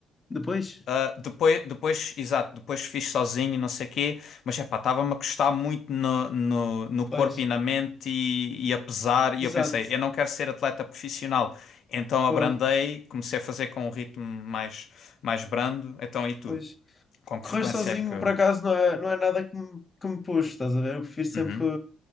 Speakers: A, on the left; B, on the left.
A: Depois?
B: Ah, depois, depois, exato, depois fiz sozinho, não sei o quê, mas epá, estava-me a custar muito no, no, no corpo
A: Pois.
B: e na mente e, e a pesar, e
A: Exato.
B: eu pensei, eu não quero ser atleta profissional, então
A: Pô,
B: abrandei, comecei a fazer com um ritmo mais, mais brando, então e tu?
A: pois.
B: Com que
A: Correr
B: frequência
A: sozinho,
B: é que...
A: por acaso, não é, não é nada que me, que me puxe, estás a ver? Eu prefiro sempre,
B: Uhum,